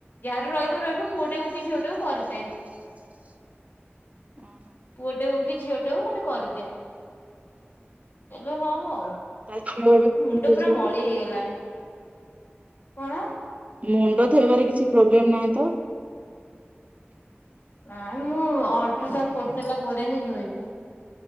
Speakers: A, on the left; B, on the right.
A: ଯାହାର ରହିବ ରହିବ ପୁଅଟେ ହଉ କି ଝିଅଟେ ହଉ କରିଦେ।
B: ଓ ହୋ।
A: ପୁଅଟେ ହଉ କି ଝିଅଟେ ହଉ ଗୋଟେ କରିଦେ। ହେଲେ ହଉ ଆଉ।
B: ତା ଝିଅ ଏବେ
A: ମୁଣ୍ଡ ପୁରା ମଳି ହେଇଗଲାଣି। କଣ?
B: ମୁଣ୍ଡ ଧୋଇବାରେ କିଛି ପ୍ରୋବ୍ଲେମ ନାହିଁ ତ।
A: ନାଇ ମୁଁ ଅଲଟ୍ରାସାଉଣ୍ଡ କରିସାରିଲା ପରେ ହିଁ ଧୋଇବି।